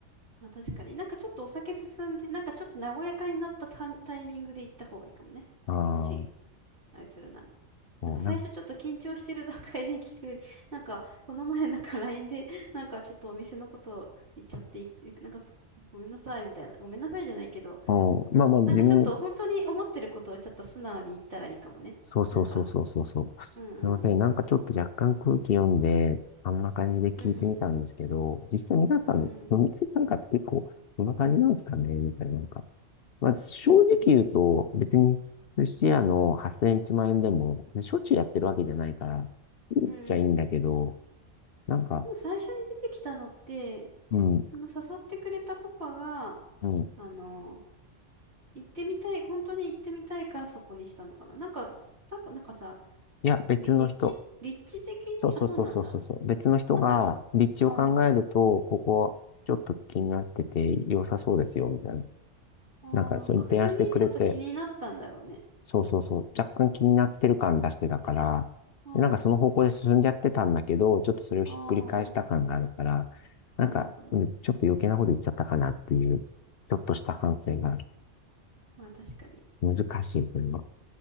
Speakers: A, on the right (about 60°); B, on the left (about 60°).
A: まあ確かに。なんかちょっとお酒進んで、なんかちょっと和やかになったタンタイミングで行った方がいいかもね。
B: ああ、
A: もし、あれするなら。
B: もう、
A: なんか最初ちょっと緊張してる段階で聞くより、
B: なんか、
A: <laughs> なんかこの前なんか LINE で、なんかちょっとお店のことを言っちゃって、いなんかそごめんなさいみたいな。ごめんなさいじゃないけど、
B: うんまあまあ、自分
A: なんかちょっと本当に思ってることをちょっと素直に言ったらいいかもね。
B: そうそうそうそうそうそう。
A: なんか、
B: すいません。
A: うんうんうん。
B: なんかちょっと若干空気読んで、あんな感じで聞いてみたんですけど、
A: うんうん。
B: 実際皆さん、
A: うんうん。
B: 飲み会なんかって結構、こんな感じなんですかねみたいな。なんか、まあ正直言うと、別に寿司屋の8000 1万円でも、しょっちゅうやってるわけじゃないから、言っちゃいいんだけど、
A: うんうん。
B: なんか、
A: でも最初に出てきたのって、
B: うん、
A: その誘ってくれたパパが、
B: うん。
A: あの、行ってみたい、本当に行ってみたいからそこにしたのかな。なんか、さ、なんかさ、
B: いや、別の人。
A: り立地、立地的に、
B: そうそうそうそうそうそう。
A: あ、そうなんだ。
B: 別の人が、
A: なんか、あ
B: 立地を考えると、
A: あ、
B: ここ、ちょっと気になってて、良さそうですよ、みたいな。
A: ああ、
B: なんか、そう提案してくれて、
A: まあ普通にちょっと気になったんだろうね。
B: そうそうそう、若干気になってる感出してたから、
A: あ
B: でなんかその方向で進んじゃってたんだけど、ちょっとそれをひっくり返した感があるから、
A: あ、ああ、
B: なんか、
A: なるほど。
B: うんちょっと余計なこと言っちゃったかなっていう、ちょっとした反省がある。
A: まあ確かに。
B: 難しい、それは。